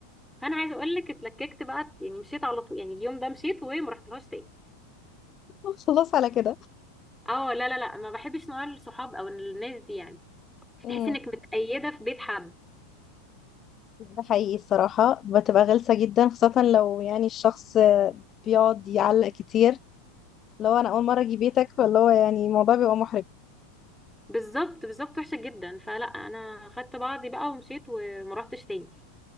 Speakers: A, in the centre; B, on the left (about 30°).
A: فانا عايزه اقول لك اتلككت بقى يعني مشيت على طول يعني اليوم ده مشيت وما رحتلهاش تاني
B: <laughs> خلاص على كده
A: اه لا لا لا ما بحبش نوع الصحاب او الناس دي يعني
B: امم
A: تحس انك متقيده في بيت حد
B: ده حقيقي الصراحة بتبقى غلسة جدا خاصة لو يعني الشخص بيقعد يعلق كتير لو أنا أول مرة أجي بيتك فاللي هو يعني الموضوع بيبقى محرج
A: بالظبط بالظبط وحشه جدا فلا انا خدت بعضي بقى ومشيت وما رحتش تاني